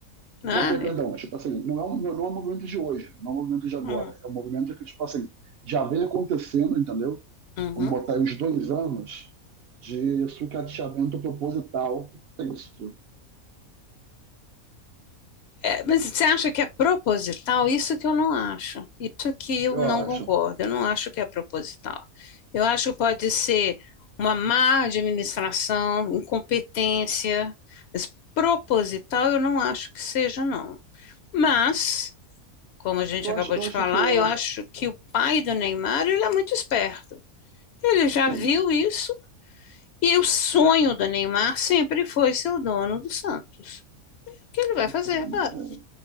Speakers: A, on the left (about 65°); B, on the right (about 65°).
A: né?
B: não, per- perdão, tipo assim, não é, um, não é um movimento de hoje, não é um movimento de agora,
A: Hum,
B: é um movimento que, tipo assim, já vem acontecendo, entendeu?
A: uhum.
B: Vamos botar aí uns dois anos de sucateamento proposital, é isso,
A: É, mas você acha que é proposital? Isso que eu não acho. Isso que eu
B: eu
A: não
B: acho.
A: concordo. Eu não acho que é proposital. Eu acho que pode ser uma má administração, incompetência, mas proposital eu não acho que seja, não. Mas, como a gente
B: Eu
A: acabou
B: acho, eu
A: de
B: acho
A: falar,
B: que é,
A: eu acho que o pai do Neymar, ele é muito esperto. Ele já
B: sim,
A: viu isso e o sonho do Neymar sempre foi ser o dono do Santos. O que ele vai
B: então,
A: fazer, é claro?
B: é